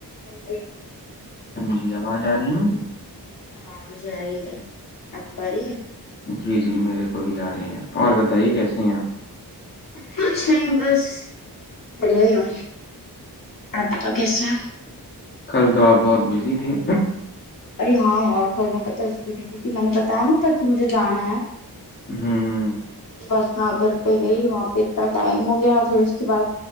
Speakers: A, on the left; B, on the left.
A: hello
B: ہاں جی آواز آ رہی ہے میری
A: ہاں جارہے ہے آپ کو آ رہی ہے
B: جی جی میرے کو بھی آ رہے ہیں اور بتائیے کیسے ہیں آپ
A: کچھ نہیں بس بڑھیا ہی ہو اپ بتاؤ کیسے
B: کل تو آپ بہت بزی تھی
A: ارے ہاں یار کل میں پتا اس لیے بزی تھی میں نے بتایا نا تھا کی مجھے جانا ہے
B: ہوں
A: بس میں ادھر پہ گئی وہاں پہ اتنا ٹائم ہو گیا پھر اس کے بعد